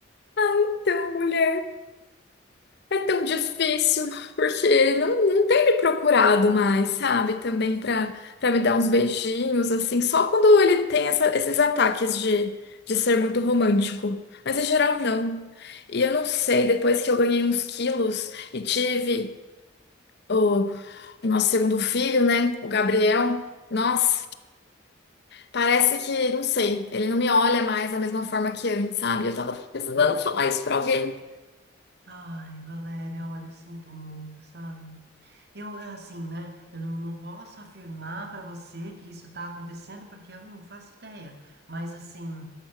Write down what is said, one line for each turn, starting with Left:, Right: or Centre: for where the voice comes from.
Left: Então, mulher. É tão difícil, porque não, não tem me procurado mais, sabe? Também pra, pra me dar uns beijinhos, assim, só quando ele tem essa- esses ataques de, de ser muito romântico. Mas em geral, não. E eu não sei, depois que eu ganhei uns quilos e tive o, nosso segundo filho, né? O Gabriel, nossa, parece que, não sei, ele não me olha mais da mesma forma que antes, sabe? Eu tava precisando falar isso pra alguém.
Right: Ai, Valéria, olha, eu sinto muito, sabe? Eu, é assim, né? Eu não, não posso afirmar pra você que isso tá acontecendo, porque eu não faço ideia. Mas, assim,